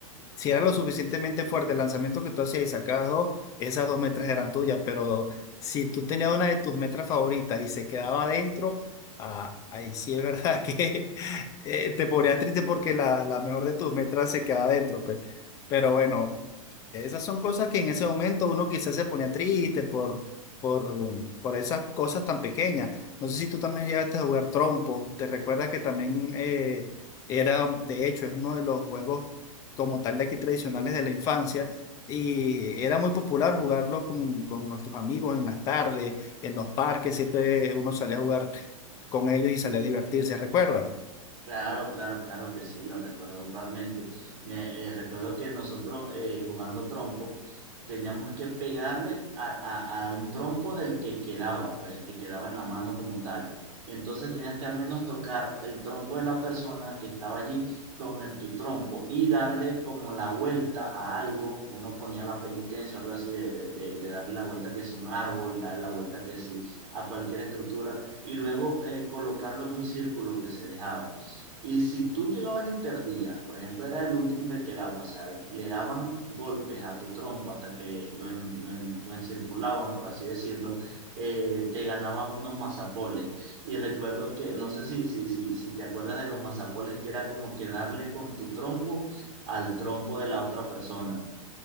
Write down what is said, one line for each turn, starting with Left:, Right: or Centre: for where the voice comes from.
Left: Si era lo suficientemente fuerte el lanzamiento que tú hacías y sacabas dos, esas dos metras eran tuyas, pero si tú tenías una de tus metras favoritas y se quedaba adentro, ah, ahí sí es verdad <laughs> que eh, te ponías triste porque la, la mejor de tus metras se quedaba adentro, pues. Pero bueno, esas son cosas que en ese momento uno quizás se ponía triste por, por, por esas cosas tan pequeñas. No sé si tú también llegaste a jugar trompo, te recuerdas que también... eh, era, de hecho, es uno de los juegos como tal de aquí tradicionales de la infancia. Y era muy popular jugarlo con, con nuestros amigos en las tardes, en los parques, siempre uno salía a jugar con ellos y salía a divertirse, ¿recuerda?
Right: Claro, claro, claro que sí, lo recuerdo totalmente. Me, eh, recuerdo que nosotros eh, jugando trompo teníamos que pegarle a, a- a un trompo del que quedaba, pues el que quedaba en la mano como tal. Entonces tenías que al menos tocar el trompo de la persona que estaba allí con el- tu trompo y darle como la vuelta a algo. Uno ponía la penitencia, algo así, de, de- de darle la vuelta que sea un árbol, darle la vuelta que sí a cualquier estructura y luego eh, colocarlo en un círculo que se dejaba. Y si tú llegabas y perdías, por ejemplo, era el último que quedaba, o sea, le daban golpes a tu trompo hasta que lo, en- lo en- lo encirculaban, por así decirlo, eh, te ganabas unos mazapoles. Y recuerdo que, no sé si, si, si, si te acuerdas de los mazapoles, que era como que darle con tu trompo al trompo de la otra persona.